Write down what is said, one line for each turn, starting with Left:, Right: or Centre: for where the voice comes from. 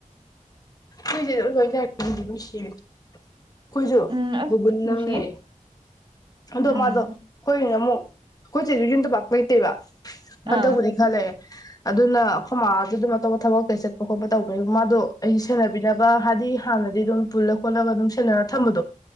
Left: ꯍꯨꯏꯁꯦ ꯑꯗꯨꯝ ꯂꯣꯏꯅꯔꯥ ꯅꯨꯡꯗꯤ ꯅꯨꯡꯁꯤꯕꯅꯦ ꯑꯈꯣꯏꯁꯨ
Right: ꯎꯝ ꯑꯁ
Left: ꯕꯨꯕꯨꯟ
Right: ꯅꯨꯡꯁꯤꯌꯦ
Left: ꯑꯃꯥ ꯂꯩꯌꯦ ꯑꯗꯣ
Right: ꯎꯝ
Left: ꯃꯥꯗꯣ ꯑꯈꯣꯏꯅ ꯑꯃꯨꯛ ꯑꯈꯣꯢ ꯆꯦꯖꯨ ꯌꯨꯝꯗ ꯄꯥꯛ ꯂꯩꯇꯦꯕꯥ
Right: ꯑꯥ
Left: ꯍꯜꯗꯛꯕꯨꯗꯤ ꯈꯥ ꯂꯩꯌꯦ ꯑꯗꯨꯅ ꯑꯈꯣꯏ ꯃꯗꯨꯗꯤ ꯑꯗꯨꯝ ꯑꯇꯣꯞꯄ ꯊꯕꯛ ꯀꯩ ꯆꯠꯄ ꯈꯣꯠꯄ ꯇꯧꯕꯅꯤ ꯃꯥꯗꯣ ꯑꯩ ꯁꯦꯟꯅꯕꯤꯅꯕ ꯍꯥꯏꯗꯤ ꯍꯥꯟꯅꯗꯤ ꯑꯗꯨꯝ ꯄꯨꯜꯂ ꯈꯣꯠꯂꯒ ꯑꯗꯨꯝ ꯁꯦꯟꯅꯔ ꯊꯝꯕꯗꯣ